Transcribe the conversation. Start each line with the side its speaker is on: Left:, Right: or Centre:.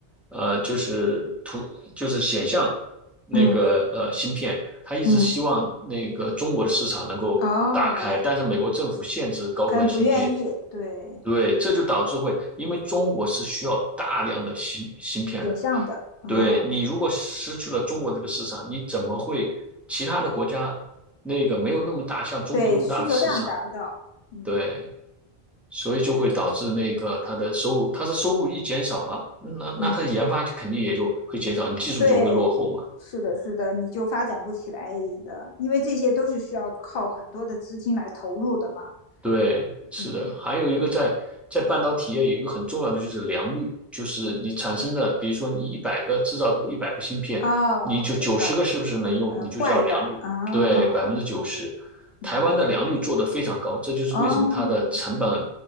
Centre: 呃，就是图就是显像那个呃芯片，
Left: 嗯
Centre: 他一直希望那个中国的市场能够打开，
Left: 嗯，哦，来，
Centre: 但是美国政府限制高端芯片。
Left: 可能不愿意，对，
Centre: 对，这就导致会，因为中国是需要大量的芯芯片的。
Left: 选项的啊，
Centre: 对，你如果失去了中国这个市场，你怎么会其他的国家那个没有那么大，像中国那么大的市场？
Left: 对，需求量达不到，嗯
Centre: 对，所以就会导致那个它的收入，它的收入一减少了，那那它的研发肯定也就会减少，
Left: 嗯，
Centre: 你技术就会落后嘛。
Left: 对，是的，是的，你就发展不起来的，因为这些都是需要靠很多的资金来投入的嘛，
Centre: 对，是的，
Left: 嗯，
Centre: 还有一个在在半导体业有一个很重要的就是良率，就是你产生的，比如说你一百个制造的一百个芯片，
Left: 哦，
Centre: 你就九十个是不是能用，
Left: 我知道呃坏的啊，
Centre: 你就叫良率，对，百分之九十。
Left: 嗯
Centre: 台湾的良率做得非常高，这就是为什么它的成本，
Left: 哦，